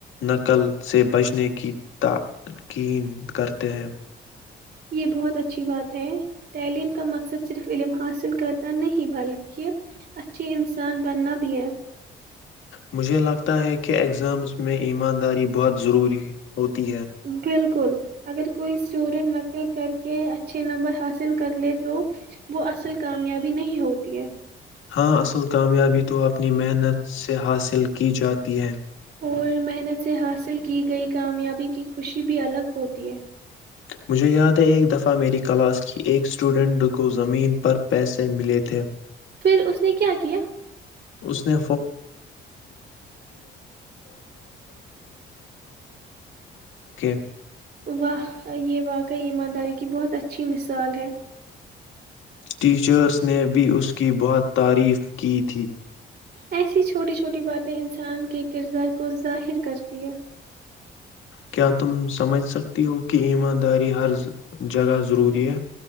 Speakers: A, on the left; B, on the right.
A: نقل سے بچنے کی تاکین کرتے ہیں
B: یہ بہت اچھی بات ہے تعلیم کا مقصد صرف علم حاصل کرنا نہیں بلکہ اچھے انسان بننا بھی ہے
A: مجھے لگتا ہے کہ اگزامس میں ایمانداری بہت ضروری ہوتی ہے
B: بالکل اگر کوئی اسٹوڈینٹ نقل کر کے اچھے نمبر حاصل کر لے تو وہ اصل کامیابی نہیں ہوتی ہے
A: ہاں اصل کامیابی تو اپنی محنت سے حاصل کی جاتی ہے
B: اور محنت سے حاصل کی گئی کامیابی کی خوشی بھی الگ ہوتی ہے
A: مجھے یاد ایک دفعہ میری کلاس کی ایک اسٹوڈنٹ کو زمین پر پیسے ملے تھے
B: پھر اس نے کیا کیا
A: اس نے <unintelligible>
B: واہ یہ واقعی ایمانداری کی بہت اچھی مثال ہے
A: ٹیچرس نے بھی اس کی بہت تعریف کی تھی
B: ایسی چھوٹی چھوٹی باتیں انسان کے کردار کو ظاہر کرتی ہیں
A: کیا تم سمجھ سکتی ہو کہ ایمانداری ہر جگہ ضروری ہے